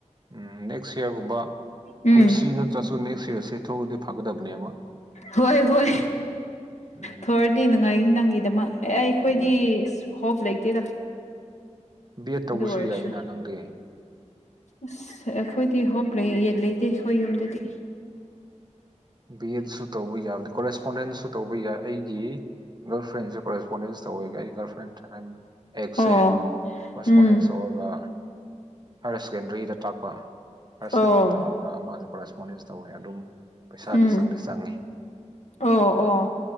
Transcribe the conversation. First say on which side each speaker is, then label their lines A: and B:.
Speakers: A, on the right; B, on the left.
A: ꯎꯝ ꯅꯦꯛꯁ ꯏꯔꯒꯨꯝꯕ
B: ꯎꯝ
A: ꯀꯨꯝꯁꯤ ꯅꯠꯇ꯭ꯔꯁꯨ ꯅꯦꯛꯁ ꯏꯔꯁꯦ ꯊꯣꯛꯑꯗꯤ ꯐꯒꯗꯕꯅꯦꯕ
B: ꯍꯣꯏ ꯍꯣꯏ
A: ꯎꯝ
B: ꯊꯣꯑꯗꯤ ꯅꯨꯡꯉꯥꯏꯅꯤ ꯅꯪꯒꯤꯗꯨꯃ ꯑꯩꯈꯣꯏꯗꯤ
A: ꯍꯣꯏ
B: ꯍꯣꯞ ꯂꯩꯇꯦꯗ
A: ꯕꯤ ꯑꯦꯗ ꯇꯧꯕꯁꯨ
B: ꯑꯗꯨꯑꯣꯏꯔꯁꯨ
A: ꯌꯥꯏꯅ ꯅꯪꯗꯤ
B: ꯑꯁ ꯑꯩꯈꯣꯏꯗꯤ ꯍꯣꯞ ꯂꯩꯇꯦ ꯑꯩꯈꯣꯏ ꯌꯨꯝꯗꯗꯤ
A: ꯕꯤꯑꯦꯠꯁꯨ ꯇꯧꯕ ꯌꯥꯕꯅꯤ ꯀꯣꯔꯦꯁꯄꯣꯟꯗꯦꯟꯁꯨ ꯇꯧꯕ ꯌꯥꯏ ꯑꯩꯒꯤ ꯒꯔꯜ ꯐ꯭ꯔꯦꯟꯁꯨ ꯀꯣꯔꯦꯁꯄꯣꯟꯗꯦꯟꯁ ꯇꯧꯋꯦ ꯑꯩ ꯒꯜ ꯐ꯭ꯔꯦꯟ ꯍꯥꯏꯕꯅꯦ ꯑꯦꯛꯁꯦ
B: ꯑꯣ
A: ꯀꯣꯔꯁꯄꯣꯅꯦꯟꯁ
B: ꯎꯝ
A: ꯇꯧꯋꯦꯕ ꯍꯥꯌꯌꯔ ꯁꯦꯀꯦꯟꯗꯔꯤꯗ ꯇꯥꯛꯄ ꯍꯥꯏꯔ ꯁꯦꯀꯦꯟꯗꯔꯤ
B: ꯑꯣ
A: ꯇꯥꯛꯑꯒ ꯃꯥꯁꯨ ꯀꯣꯔꯔꯦꯁꯄꯣꯟꯗꯦꯟꯁ ꯇꯧꯋꯦ ꯑꯗꯨꯝ ꯄꯩꯁꯥꯗꯤ
B: ꯎꯝ
A: ꯆꯪꯗꯤ ꯆꯪꯉꯤ
B: ꯑꯣ ꯑꯣ